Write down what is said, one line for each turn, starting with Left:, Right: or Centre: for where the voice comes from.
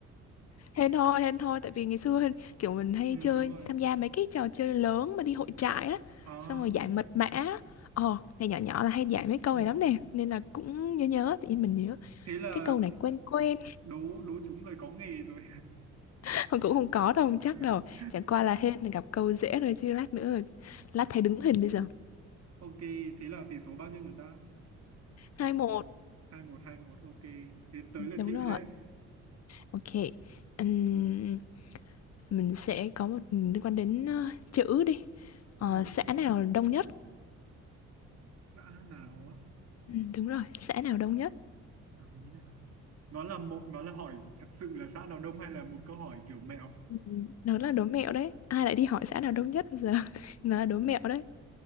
Left: Hên thôi, hên thôi, tại vì ngày xưa hên- kiểu mình hay
Right: ừ,
Left: chơi,
Right: đúng rồi
Left: tham gia mấy cái trò chơi lớn mà đi hội trại á,
Right: à,
Left: xong rồi giải mật mã, ờ, này nhỏ nhỏ là hay giải mấy câu
Right: ừ.
Left: này lắm nè, nên là cũng nhớ nhớ, tự nhiên mình nhớ
Right: thế là
Left: cái câu này quen quen,
Right: đố đố chúng người có nghề rồi
Left: <laughs> không cũng không có đâu, không chắc
Right: <laughs>
Left: đâu, chẳng qua là hên là gặp câu dễ thôi chứ lát nữa, lát thấy đứng hình bây giờ.
Right: ok thế là tỷ số bao nhiêu rồi ta
Left: hai một
Right: hai một hai một ok thế tới
Left: đúng
Right: lượt chị
Left: rồi,
Right: đấy
Left: ok, Ừm, mình sẽ có một liên quan đến ờ, chữ đi, Ờ,
Right: ừ.
Left: xã nào đông nhất?
Right: đã nào á?
Left: Ừ, đúng rồi, xã nào đông nhất?
Right: Nào, không biết à. Nó là một nó là hỏi thật sự là xã nào đông hay là một câu hỏi kiểu mẹo?
Left: Ừ, Nó là đố mẹo đấy. Ai lại đi hỏi xã nào đông nhất bây giờ? <laughs> Nó là đố mẹo đấy.